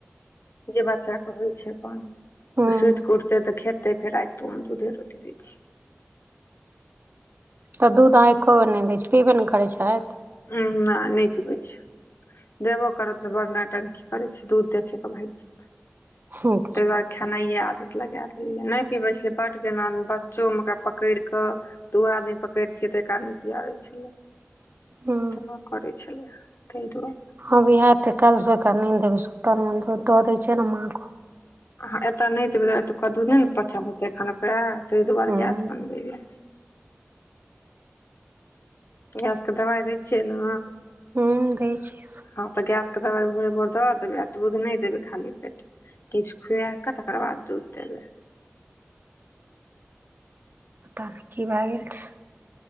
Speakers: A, on the left; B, on the right.
A: जे बच्चा कहे छै अप्पन
B: हुँ
A: तऽ सुति केऽ उठते तऽ खेत। तैए फेर राइत कऽ हम दूधे रोटी दै छिऐ।
B: तऽ दूध एको बेर नहि दैए छै पीबे नहि करै छथि।
A: हुँ ना नै पीबैए छै। दैबो करब तऽ बड़ नौटकी करेइ छे दूध देखैक भाइग जाइ छै।
B: ह
A: तहि दुआरे खैनाई आदत लगाए देलियै नहि पीबैत छलै, बड कना बच्चो मे ओकरा पकड़ि कऽ। दू आदमी पकड़तिए तऽ एक आदमी पियाबै छलै।
B: हुँ
A: तेना करै छलै ताहि दुआरे।
B: हँ बिहार तऽ कऽ देब दे छै ने माँ को
A: अहाँ ऐतए नैए देबेई तऽ अतुका दुध नैए नै पचल हैतेए अखन ओकरा तैए दुआरे
B: हुँ
A: गैस बनबै या। गैस के दबाई दैए छियै ने
B: हू दैए छिऐ
A: हँ तऽ गैस के दवाई भोरे भोर दऽ दैबेई आ दूध नहि देबेई खाली पेटे। किछु खुआ कऽ तकर बाद दुध देबेइ।
B: ततामे कि भए गेल छै